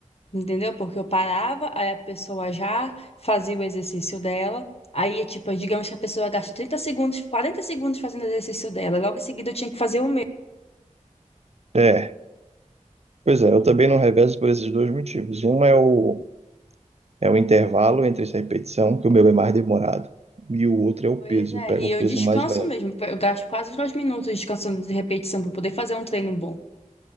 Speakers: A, on the left (about 50°); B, on the right (about 55°).
A: Entendeu? Porque eu parava, aí a pessoa já fazia o exercício dela. Aí, tipo, é, digamos que a pessoa gasta 30 segundos, 40 segundos fazendo o exercício dela. Logo em seguida eu tinha que fazer o meu.
B: É, pois é, eu também não revezo por esses dois motivos. Um é o, é o intervalo entre essa repetição, que o meu é mais demorado, e o outro é o
A: Pois
B: peso,
A: é,
B: eu pego
A: e
B: um
A: eu
B: peso
A: descanso
B: mais leve.
A: mesmo. Eu gasto quase os dois minutos descansando de repetição para poder fazer um treino bom.